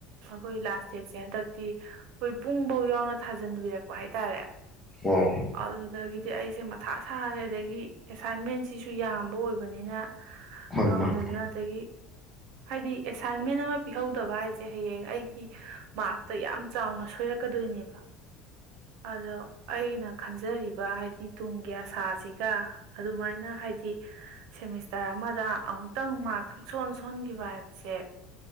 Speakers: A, on the right; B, in the centre.
A: ꯑꯩꯈꯣꯏ ꯂꯥꯁ ꯗꯦꯠꯁꯦ ꯍꯟꯗꯛꯇꯤ ꯑꯩꯈꯣꯏ ꯄꯨꯡꯐꯧ ꯌꯥꯎꯅ ꯊꯥꯖꯟꯕꯤꯔꯛꯄ ꯍꯥꯏꯇꯥꯔꯦ
B: ꯑꯣ
A: ꯑꯗꯨꯗꯒꯤ ꯑꯩꯁꯦ ꯃꯊꯥ ꯁꯥꯔꯦ ꯑꯗꯒꯤ ꯑꯦꯁꯥꯏꯟꯃꯦꯟꯁꯤꯁꯨ ꯌꯥꯝꯕ ꯑꯣꯏꯕꯅꯤꯅ
B: ꯍꯣꯏ
A: ꯉꯝꯗꯗꯅ
B: ꯃꯥꯅꯦ
A: ꯑꯗꯒꯤ ꯍꯥꯏꯗꯤ ꯑꯦꯁꯥꯏꯟꯃꯦꯟ ꯑꯃ ꯄꯤꯍꯧꯗꯕ ꯍꯥꯏꯁꯦ ꯍꯌꯦꯡ ꯑꯩꯒꯤ ꯃꯥꯔꯛꯇ ꯌꯥꯝ ꯆꯥꯎꯅ ꯁꯣꯏꯔꯛꯀꯗꯣꯏꯅꯦꯕ ꯑꯗꯣ ꯑꯩꯅ ꯈꯟꯖꯔꯤꯕ ꯍꯥꯏꯗꯤ ꯇꯨꯡꯒꯤ ꯑꯁꯥꯁꯤꯒ ꯑꯗꯨꯃꯥꯏꯅ ꯍꯥꯏꯗꯤ ꯁꯦꯃꯤꯁꯇꯔ ꯑꯃꯗ ꯑꯃꯨꯛꯇꯪ ꯃꯥꯔꯛ ꯈꯪꯁꯣꯟ ꯊꯣꯟꯈꯤꯕ ꯍꯥꯏꯕꯁꯦ